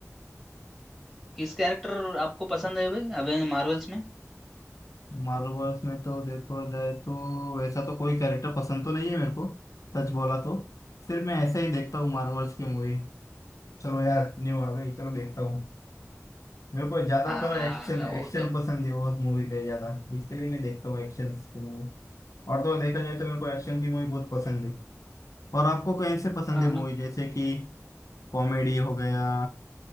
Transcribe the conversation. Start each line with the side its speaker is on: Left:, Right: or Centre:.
Centre: किस कैरेक्टर आपको पसंद है भाई अवेंज मार्वल्स में
Left: मार्वल्स में तो देखो जाए तो वैसा तो कोई कैरेक्टर पसंद तो नहीं है मेरे को सच बोला तो सिर्फ मैं ऐसे ही देखता हूँ मार्वल्स की मूवी चलो यार न्यू आ गई चलो देखता हूँ मेरे को ज्यादातर
Centre: हाँ
Left: एक्शन
Centre: वो
Left: एक्शन
Centre: तो
Left: पसंद है उस मूवी के ज्यादा इसके लिए मैं देखता हूँ एक्शन की मूवी और तो और देखा जाए तो मेरे को एक्शन की मूवी बहुत पसंद है और आपको कौन से पसंद
Centre: हाँ
Left: है मूवी जैसे कि कॉमेडी हो गया